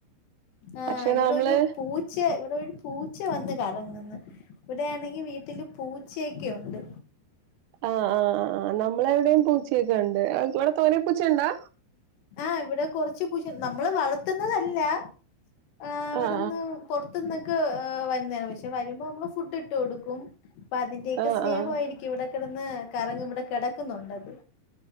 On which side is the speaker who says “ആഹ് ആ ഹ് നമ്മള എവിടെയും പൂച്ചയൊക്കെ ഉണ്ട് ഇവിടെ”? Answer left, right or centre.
Right